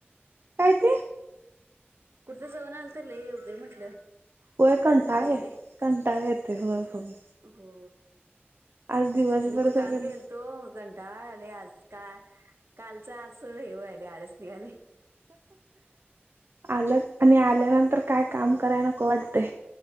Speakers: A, on the right (about 65°); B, on the right (about 75°).
A: त
B: कुर्ता सव आल तर ल हे रुपय म्हटलं
A: होय कंटाळा
B: कंटाळेते
A: ये कंटाळा येतोय होय होय
B: हो
A: आज दिवसभर
B: मी पण
A: सगळं
B: काल गेलतो कंटाले आज का कालच आ हे वहिले आळच निघाले
A: आलंच आणि आल्यानंतर काय काम कराय नक वाटते